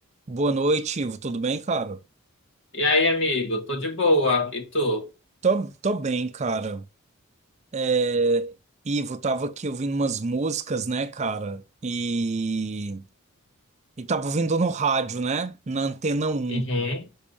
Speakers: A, on the right; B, on the left.
A: Boa noite, Ivo. Tudo bem, cara?
B: E aí, amigo? Tô de boa. E tu?
A: Tô, tô bem, cara. É, Ivo, tava aqui ouvindo umas músicas, né, cara? E, e tava ouvindo no rádio, né? Na Antena Um.
B: Uhum.